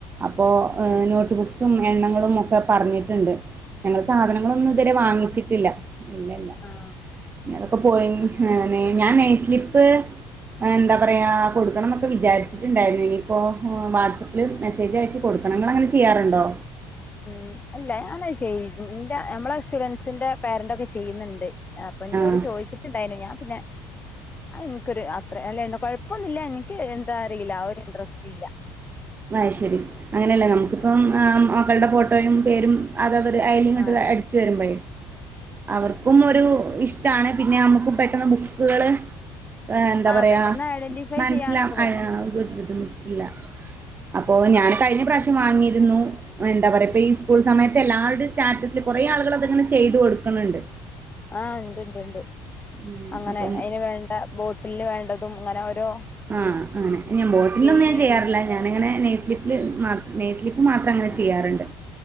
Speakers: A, on the right; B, on the left.
A: അപ്പോ ഏ
B: ആഹ്
A: നോട്ട് ബുക്സും എണ്ണങ്ങളും ഒക്കെ പറഞ്ഞിട്ട്ണ്ട്. ഞങ്ങള് സാധനങ്ങളൊന്നും ഇതുവരെ വാങ്ങിച്ചിട്ടില്ല ഇല്ല ഇല്ല.
B: ആഹ്
A: അതൊക്കെ പോയിൻ ഹേ <unintelligible> ഞാൻ നെയ്സ്ലിപ്പ് ഏ എന്താ പറയാ കൊടുക്കണം ന്നൊക്കെ വിചാരിച്ചിട്ട്ണ്ടായിരുന്നു ഇനിയിപ്പോ ഹോ വാട്സ ൽ മെസേജ് അയച്ച് കൊടുക്കണം ഇങ്ങള് അങ്ങനെ ചെയ്യാറുണ്ടോ?
B: ഉം അല്ല ഞാനഹ് ചെയ്തിരുന്നു ഇന്റെ നമ്മളെ സ്റ്റുഡൻസിന്റെ പേരൻ്റ് ഒക്കെ ചെയ്യ്ന്നുണ്ട്. അപ്പ ഇന്നോട്
A: ആഹ്
B: ചോദിച്ചിട്ട്ണ്ടായിനു ഞാൻ പിന്നെ അഹ് ഇൻക്കൊരു അത്ര അല്ല എന്റെ കൊഴപ്പൊന്നുല്ല എനിക്ക് എന്താ അറിയില്ല ആ ഒരു ഇൻട്രസ്റ്റ് ഇല്ല.
A: അഹ് ശരി അങ്ങനെയല്ല നമുക്കിപ്പം ആ മക്കളുടെ ഫോട്ടോയും പേരും അതവര് അയ്ല് ഇങ്ങട്ട്
B: ആഹ്
A: അടിച്ചു വരുമ്പഴേ അവർക്കും ഒരു ഇഷ് ടാണ് പിന്നെ നമുക്കും പെട്ടെന്ന് ബുക്കുകള് ഏ എന്താ
B: ആഹ്
A: പറയാ
B: പെട്ടെന്ന് ഐഡന്റിഫൈ
A: മൻസ്സിലാ
B: ചെയ്യാനൊക്കെ പറ്റും
A: അഹ് <unintelligible> അപ്പോ ഞാൻ കഴിഞ്ഞ
B: അത്
A: പ്രാവശ്യം
B: ശരിയാണ്
A: വാങ്ങിയിരുന്നു. എന്താ പറയ ഇപ്പം ഈ സ്കൂൾ സമയത്ത് എല്ലാവരുടെ സ്റ്റാറ്റസിൽ കൊറെ ആളുകൾ അത്ങ്ങനെ ചെയ്തു കൊടുക്ക്ണ് ണ്ട്.
B: ആ ഇണ്ട് ഇണ്ട് ഇണ്ട്
A: ഉം
B: അങ്ങനെ
A: അപ്പം
B: അയിന് വേണ്ട ബോട്ടിൽ വേണ്ടതും അങ്ങനെ ഓരോ കീ
A: ആ അങ്ങനെ ഞം
B: കീ
A: ബോട്ടിലന്നും
B: ചെയിന്
A: ഞാൻ ചെയ്യാറില്ല ഞാനിങ്ങനെ നെയ്സ്ലിപ്പിൽ മാ നെയ്സ്ലിപ്പ് മാത്രം അങ്ങനെ
B: ആഹ്
A: ചെയ്യാറ്ണ്ട്.